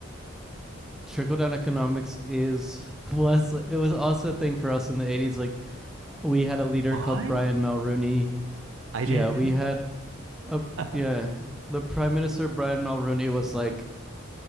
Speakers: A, in the centre; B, on the right.
A: trickle down economics is <laughs> was it was also a thing for us in the 80s like We had a leader
B: What?
A: called Brian Mulroney.
B: I didn't
A: Yeah, we
B: know
A: had a
B: that.
A: yeah. The Prime Minister Brian Mulroney was like